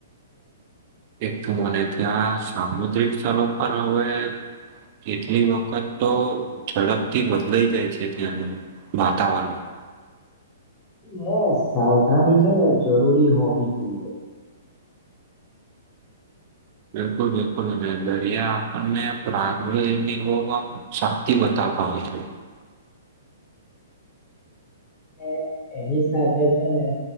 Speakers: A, on the right (about 45°); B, on the left (about 15°).
A: એક તો મને ત્યાં સામુદ્રિક સ્થળો પર હવે કેટલી વખત તો ઝડપથી બદલાઈ જાય છે ત્યાંનું વાતાવરણ
B: હ સાવધાની છે ને જરૂરી હોવી જોઈએ
A: બિલકુલ બિલકુલ અને દરિયા આપણને પ્રાગવેલની બહુ આમ શક્તિ બતાવે બતાવે છે
B: <inaudible> એ એની સાથે છે ને